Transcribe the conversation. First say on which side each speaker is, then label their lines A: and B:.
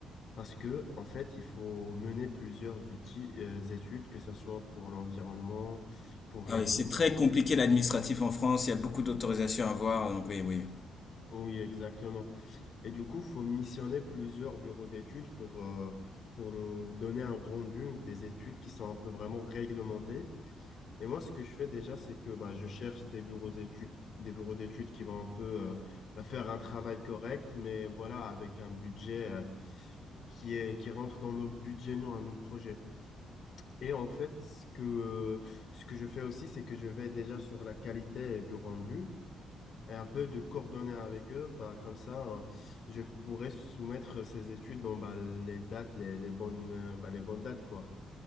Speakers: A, on the left (about 50°); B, on the left (about 30°).
A: Parce que, en fait, il faut mener plusieurs outils, euh, études, que ce soit pour l'environnement, pour les
B: Ah oui,
A: cours
B: c'est très
A: d'eau.
B: compliqué l'administratif en France, il y a beaucoup d'autorisations à avoir, donc oui, oui.
A: Oui, exactement. Et du coup, il faut missionner plusieurs bureaux d'études pour, euh, pour nous donner un rendu des études qui sont un peu vraiment réglementées. Et moi, ce que je fais déjà, c'est que bah, je cherche des bureaux d'études, des bureaux d'études qui vont un peu euh, bah, faire un travail correct, mais voilà, avec un budget euh, qui est, qui rentre dans nos budgets, nous, à nos projets. Et en fait, ce que, ce que je fais aussi, c'est que je vais déjà sur la qualité du rendu et un peu de coordonner avec eux. Pas comme ça, euh, je pourrais soumettre ces études dans bah, les dates, les, les bonnes, euh, bah, les bonnes dates, quoi.